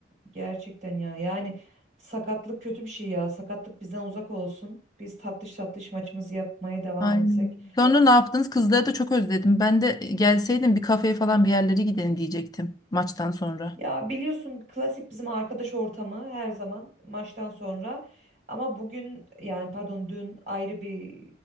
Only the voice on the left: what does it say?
Aynen.
Sonra ne yaptınız? Kızları da çok özledim. Ben de gelseydim bir kafeye falan bir yerlere gidelim diyecektim maçtan sonra.